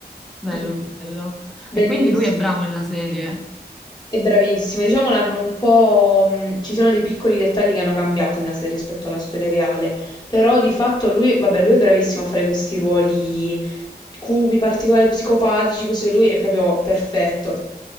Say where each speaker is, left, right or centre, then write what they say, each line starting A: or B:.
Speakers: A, in the centre; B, on the left (about 25°).
A: Bello,
B: mm.
A: bello. E
B: Bellissimo.
A: quindi lui è bravo nella serie.
B: È bravissimo, diciamo l'hanno un po'... mh, ci sono dei piccoli dettagli che hanno cambiato nella serie rispetto alla storia reale, però di fatto lui, vabbè, lui è bravissimo a fare questi ruoli cupi, particolari, psicopatici, così lui è proprio perfetto.